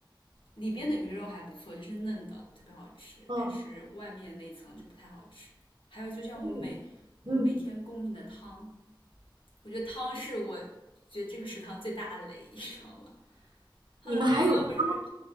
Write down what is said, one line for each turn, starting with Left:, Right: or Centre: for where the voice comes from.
Left: 里边的鱼肉还不错，就是嫩的，特别好吃，
Right: 哦，
Left: 但是外面那层就不太好吃。还有，就像我们每我们每天供应的汤，
Right: 嗯嗯，
Left: 我觉得汤是我觉得这个食堂最大的雷，你知道吗？它的汤要不是
Right: 你们还有汤？